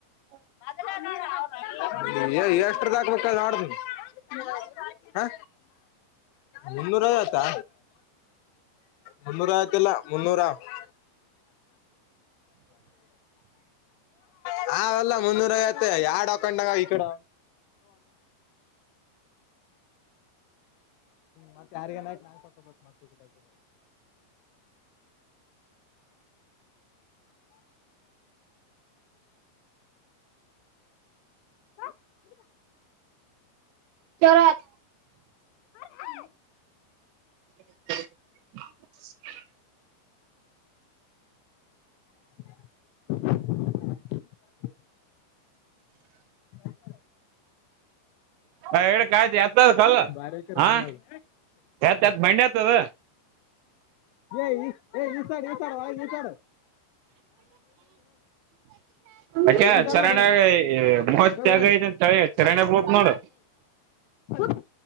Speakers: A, on the right (about 80°); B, on the left (about 85°).
A: ತಗಿ
B: ಅದನ್ನ ಮಾಡ ಅವರ ಅಪ್ಪನ ಎ ಎಷ್ಟದ ಕೊಕ್ಕೋಬಾರ್ದು <unintelligible> ದೈವಾಜ್ ಹಾ ಮೋನ್ನರಾ ಐವತ್ತು ಮುನ್ನುರಾ ಐವತ್ತಾ ಮುನ್ನೂರ ಆಯತಿಲ್ಲ ಮುನ್ನೂರ ಮುನ್ನೂರು ಹಾಕೋ <inaudible> ಅವಲ್ಲ ಮುನ್ನೂರ ಐವತ್ತು ಯಾಡ ಹಾಕೊಂಡಾಗ ಈ ಕಡೆ ಮತ್ತೆ ಯಾರ್ಗೆರ ನ ಸ ಮ <unintelligible> ಆ ಹೋ
A: ಚೊಲೋ ಆತ್ ಹು
B: ಹರ್ ಹೈ
A: ಟಕ್ ಸ್ಮೆಲ್
B: <unintelligible> ತಾಯಿ ಪಲಾವ್
A: ನಾ ಹೇಳಕಾತಿ ಎತ್ತದ ಕಲ್ಲ
B: ಬಾರಿ ಹಾಕ್ಯಾರ
A: ಹ
B: ಮಣ್ಣದು
A: ಎತ್ ಎತ್ ಬಂಡ್ಣ ಎತ್ತದ
B: ಏ ಈ ಸ ಇಸಾಡ್ ಒಳಗ ಇಸಡು
A: ಅಕೆ
B: ಈ ಸೈಡ್
A: ಚರಣ
B: ಹೋಗಿ
A: ಮೂವತ್ತ್ಯಾಗ
B: ಹೋಗಿ ಹೋಗಿ
A: ದೆಂತಳ <unintelligible> ಯೇ ಕರೇನ ಬೊಟ್ ನೋಡ
B: ಹುಟ್